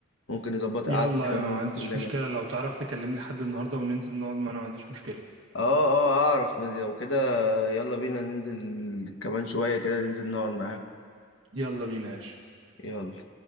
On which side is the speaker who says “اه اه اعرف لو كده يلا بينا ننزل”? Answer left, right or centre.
Left